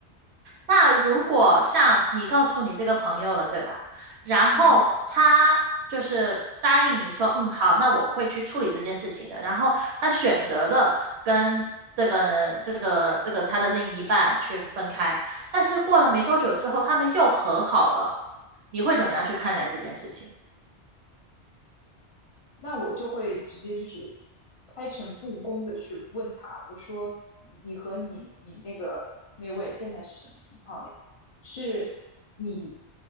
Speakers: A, on the right; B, on the left.
A: 那如果像你告诉你这个朋友了，对吧？然后他就是答应你说，
B: 嗯
A: 嗯，好，那我会去处理这件事情的。然后他选择了跟这个这个这个他的另一半去分开，但是过了没多久之后，
B: 嗯
A: 他们又和好了。你会怎么样去看待这件事情？
B: 那我就会直接就是开诚布公的去问他，我说你你和你你那个那位现在是什么情况呀？是你